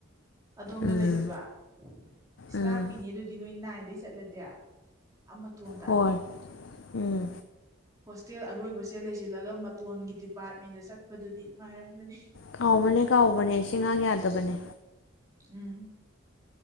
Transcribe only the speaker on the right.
ꯑꯗꯣꯝꯗ
ꯂꯩꯗꯣꯏꯕ꯫ ꯏꯁ
ꯂꯥꯞꯄꯤꯅꯦ ꯑꯗꯨꯗꯤ ꯅꯣꯏ ꯅꯥꯏꯟꯗꯩ ꯆꯠꯂꯗꯦ ꯑꯥ ꯃꯇꯣꯟꯗ꯫
ꯍꯣꯁꯇꯦꯜ ꯑꯔꯣꯏꯕꯁꯦ ꯂꯩꯁꯤꯜꯂꯒ ꯃꯇꯣꯟꯒꯤ ꯗꯤꯄꯥꯔꯠꯃꯦꯟꯗ ꯆꯠ__ ꯄꯗꯨꯗꯤ ꯅꯨꯡꯉꯥꯏꯔꯝꯒꯅꯤ꯫
ꯎꯝ